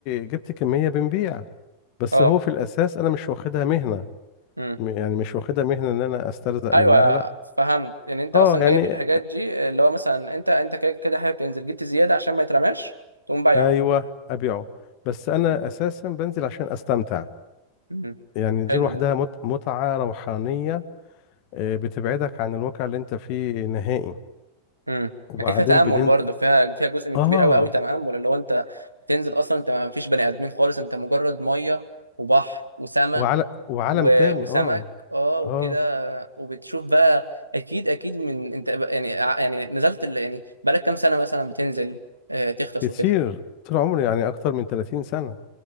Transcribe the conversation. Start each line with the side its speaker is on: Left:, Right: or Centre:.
Left: جبت كمية بنبيع بس
Right: اه
Left: هو في الأساس أنا مش واخدها مهنة
Right: امم
Left: م- يعني مش واخدها مهنة إن أنا أسترزق
Right: ايوه
Left: منها لأ
Right: فهمت يعني انت
Left: أه
Right: اصلا
Left: يعني
Right: جايب الحاجات دي اللي هو مثلا انت انت كده كده حابب تنزل جبت زياده عشان ما يترماش تقوم بايعه
Left: أيوه أبيعه بس أنا
Right: امم
Left: أساسا بنزل عشان أستمتع
Right: امم
Left: يعني دي
Right: حلو
Left: لوحدها
Right: ده
Left: مت- متعة روحانية آه، بتبعدك عن الواقع اللي أنت فيه نهائي
Right: امم
Left: وبعدين
Right: اكيد فيها تامل
Left: بننزل
Right: برضه فيها فيها جزء من
Left: أه
Right: كبير قوي قوي تامل اللي هو انت بتنزل اصلا انت ما فيش بني ادمين خالص انت مجرد ميه وبحر وسماء
Left: وعلى وعالم
Right: و...
Left: تاني
Right: وسمك
Left: اه
Right: اه وكده
Left: اه
Right: وبتشوف بقى اكيد اكيد من انت بقى- يعني ع- يعني نزلت ال... يعني بقالك كام سنه مثلا بتنزل آه، تغطس
Left: كتير
Right: وكده
Left: طول عمري يعني اكتر من 30 سنة